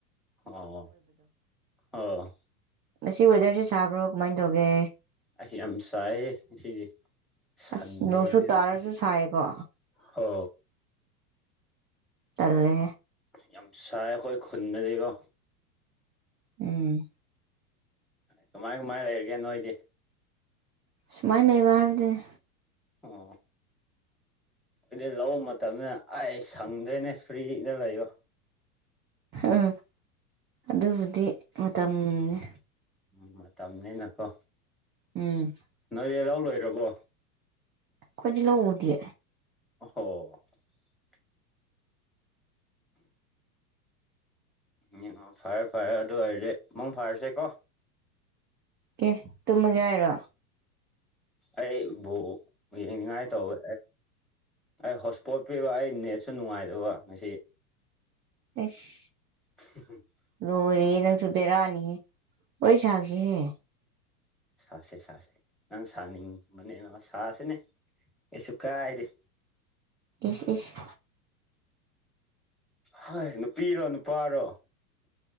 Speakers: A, in the centre; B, on the right.
A: ꯑꯣ ꯑꯣ
B: ꯃꯁꯤ ꯋꯦꯗꯔꯁꯦ ꯁꯥꯕ꯭ꯔꯣ ꯀꯃꯥꯏꯅ ꯇꯧꯒꯦ
A: ꯑꯩ ꯌꯥꯝ ꯆꯥꯏꯌꯦ ꯁꯤꯁꯤꯗꯤ ꯁꯟꯗꯦꯅꯤꯅ
B: ꯑꯁ ꯅꯣꯡꯁꯨ ꯇꯥꯔꯁꯨ ꯁꯥꯏꯀꯣ
A: ꯍ
B: ꯑꯂꯦ
A: ꯌꯥꯝ ꯁꯥꯏ ꯑꯩꯈꯣꯏ ꯈꯨꯟꯅꯗꯤꯒꯣ
B: ꯎꯝ
A: ꯀꯃꯥꯏ ꯀꯃꯥꯏ ꯂꯩ ꯂꯩꯔꯒꯦ ꯅꯣꯣꯏꯗꯦ
B: ꯁꯨꯃꯥꯏꯅ ꯂꯩꯕ ꯍꯥꯏꯕꯗꯨꯅꯤ
A: ꯑꯣ ꯑꯩꯣꯏꯗꯤ ꯂꯧꯕ ꯃꯇꯝꯗ ꯑꯩ ꯁꯪꯗ꯭ꯔꯦꯅꯦ ꯐ꯭ꯔꯤꯗ ꯂꯩꯌꯣ
B: ꯎ ꯑꯗꯨꯕꯨꯗꯤ ꯃꯇꯝꯅꯦ
A: ꯎꯝ ꯃꯇꯝꯅꯤꯅꯀꯣ
B: ꯎꯝ
A: ꯅꯣꯏꯂꯥꯎ ꯂꯣꯏꯔꯕꯣ
B: ꯈꯣꯏꯖ ꯂ ꯎꯗꯤ
A: <inaudible> ꯎꯝ ꯐꯔꯦ ꯐꯔꯦ ꯑꯗꯨ ꯑꯣꯏꯔꯗꯤꯦ ꯑꯃꯛ ꯐꯔꯁꯦꯀꯣ
B: ꯑꯦ ꯇꯃꯒꯦ ꯍꯥꯏꯔꯣ
A: ꯑꯩꯕꯨꯣ ꯌꯦꯡꯅꯤꯡꯉꯥꯏ ꯇꯧꯦ ꯑꯩ ꯍꯣꯠ ꯏꯁꯄꯣꯠ ꯄꯤꯕ ꯑꯩ ꯅꯦꯠꯁꯨ ꯅꯨꯡꯉꯥꯏꯖꯕ ꯉ
B: ꯑꯁ
A: <inaudible>
B: ꯂꯣꯏꯔꯤꯦ ꯅꯪꯁꯨ ꯄꯕꯦꯔꯛꯑꯅꯤꯍꯦ ꯋꯥꯔꯤ ꯁꯥꯛꯁꯤꯍꯦ
A: ꯁꯥꯥꯁꯦ ꯁꯥꯥꯁꯦ ꯅꯪ ꯁꯥꯅꯤꯡꯕꯅꯦ ꯁꯥꯁꯦꯅꯦ ꯑꯦꯁꯨꯨ ꯀ ꯍꯥꯏꯗꯤꯦ
B: ꯏꯁ ꯏꯁ
A: ꯍꯥꯏ ꯅꯨꯄꯤꯔꯣ ꯅꯨꯄꯥꯔꯣ